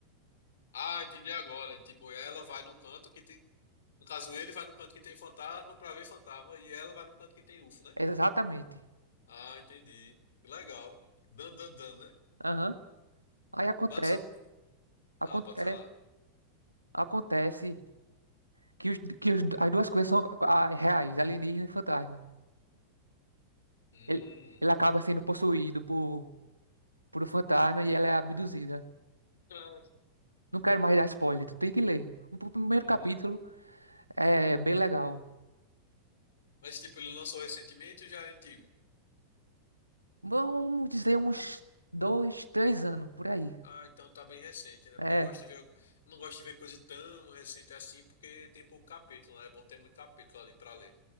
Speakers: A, on the left; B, on the right.
A: Ah, entendi agora. Tipo, ela vai no canto que, te- No caso, ele vai no canto que tem fantasma pra ver fantasma e ela vai no canto que tem UFO, né?
B: Exatamente.
A: Ah, entendi. Que legal. Dan, dan, dan, né?
B: Aham. Aí acontece,
A: Pode ser-
B: acontece,
A: Ah, pode falar.
B: acontece que, os, que os- as duas coisas são ah, reais, alienígena e fantasma.
A: Hum.
B: Ele, ele acaba sendo possuído por, por um fantasma e ela é abduzida.
A: <laughs> Ah,
B: Não quero mais dar spoiler, tu tem que ler. O, p- primeiro
A: uhum.
B: capítulo é bem legal.
A: Mas, tipo, ele lançou recentemente ou já é antigo?
B: Vamos dizer uns dois, três anos, por aí.
A: Ah, então tá bem recente, né?
B: É,
A: Porque eu gosto de ver, eu não gosto de ver coisa tão recente assim, porque tem pouco capítulo, né? É bom ter muito capítulo ali pra ler.